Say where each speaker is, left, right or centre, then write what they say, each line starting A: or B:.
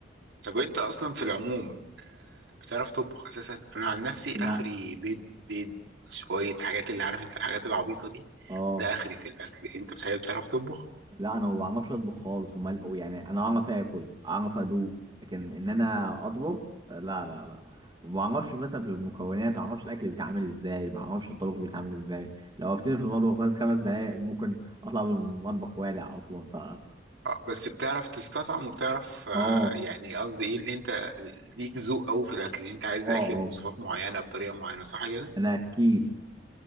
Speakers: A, on the right (about 80°); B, on the right (about 25°).
A: طب انت اصلا في العموم آه، بتعرف تطبخ اساسا انا عن نفسي
B: لا
A: اخري بيض بيض شويه حاجات اللي عارف انت الحاجات العبيطه دي
B: اه
A: ده اخري في الاكل انت بتحب بتعرف تطبخ
B: لا انا ما بعرفش اطبخ خالص ومال يعني انا اعرف اكل اعرف ادوق لكن ان انا اطبخ لا لا لا ما بعرفش مثلا في المكونات ما بعرفش الاكل بيتعمل ازاي ما بعرفش الطبخ بيتعمل ازاي لو وقفتني في المطبخ بس خمس دقايق ممكن اطلع من المطبخ والع اصلا ف
A: آه، بس بتعرف تستطعم وبتعرف آه،
B: اه
A: يعني قصدي ايه اللي انت ليك ذوق قوي في الاكل اللي انت عايز
B: اه
A: الاكل
B: اه
A: بمواصفات معينه بطريقه معينه صح كده
B: انا اكيل